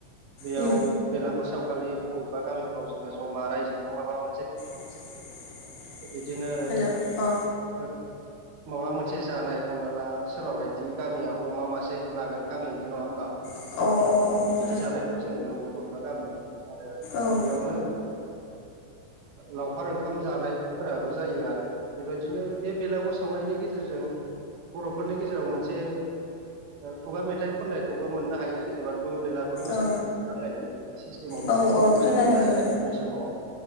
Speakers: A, on the right; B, on the left.
A: बेयाव
B: उम
A: बेलागुर सावखाालि बबेबा गामिफ्राव जोङो जमा रायजोयैनो माबा मोनसे
B: <inaudible>
A: बिदिनो
B: हेल' अ अ
A: औ माबा मोनसे जानाय हमना ला सोरबा बायदि गामिया अमा मासे लागोन गामियैनो नङा होमबा?
B: अ अ अ
A: बिदि जानायखौबो जों नुनो मोनो बबेबा गामियाव आरो
B: उम
A: बेयावनो लावखार ओंखाम जानायफोराबो जायो आरो बेबायदिनो बे बेलागुर फो सावनायनि गेजेरजों बर'फोरनि गेजेराव मोनसे खुगा मेथाइ खननायखौबो मोननो हायो जेनेबा दुम बेलागुर मोसानाय
B: औ
A: बेफोर नायनानै सिस्टेमाव
B: औ
A: मेथाइ खननायखौ
B: औ खोनादों
A: जों मोननो हायो आरो फुंनि समाव।